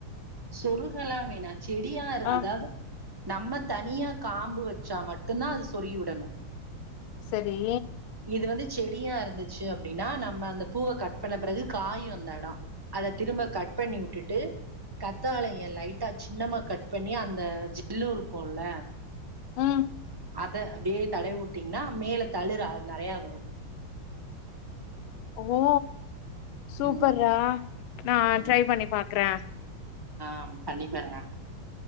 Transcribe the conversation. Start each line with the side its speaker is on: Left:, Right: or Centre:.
Right: சொருகெல்லா வேணா செடியார்
Left: ஆ
Right: அதாவது நம்ம தனியா காம்பு வச்சா மட்டுதா அது சொறிவிடணு
Left: சேரி
Right: இது வந்து செடியா இருந்துச்சு அப்படின்னா நம்ம அந்த பூவ கட் பண்ண பிறகு காயும் அந்த இட அத திரும்ப கட் பண்ணி விட்டுட்டு கத்தாழைய லைட்டா சின்னமா கட் பண்ணி அந்த ஜெல்லு இருக்கும்ல
Left: ம்
Right: அத அப்படியே தடை விட்டீங்கன்னா மேல தளிற நெறைய வரு
Left: ஓ சூப்பர்ரா
Right: ம்
Left: நா
Right: ம்
Left: ட்ரை பண்ணி பாக்குறே
Right: ஆ பண்ணி பாருங்க